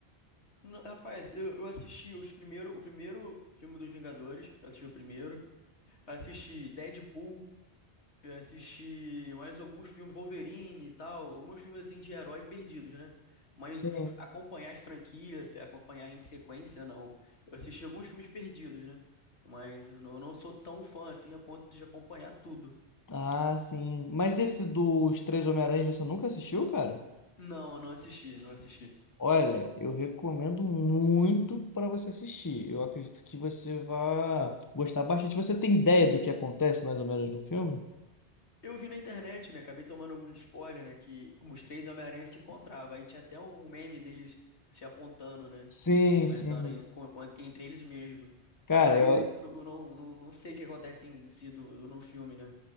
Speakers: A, on the left (about 85°); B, on the left (about 20°).
A: N- Rapaz, eu, eu assisti os primeiro, o primeiro filme dos Vingadores. eu Assisti o primeiro. Assisti Deadpool. Eu assisti mais alguns filmes, Wolverine e tal, alguns filmes assim de herói perdidos, né? Mas
B: Sim.
A: acompanhar as franquias, se acompanhar em sequência, não. Eu assisti alguns filmes perdidos, né? Mas eu não não sou tão fã assim a ponto de acompanhar tudo.
B: Ah, sim. Mas esse dos três Homem-Aranhas você nunca assistiu, cara?
A: Não, não assisti, não assisti.
B: Olha, eu recomendo muito para você assistir. Eu acredito que você vai gostar bastante. Você tem ideia do que acontece mais ou menos no filme?
A: Eu vi na internet, né? Acabei tomando alguns spoilers, né? Que os três Homem-Aranha se encontravam. Aí tinha até um meme deles se apontando, né?
B: Sim,
A: Conversando
B: sim.
A: em- com- com- entre eles mesmos.
B: Cara,
A: Mas
B: eu,
A: eu não, eu não, não, não sei o que acontece em si do, no filme, né?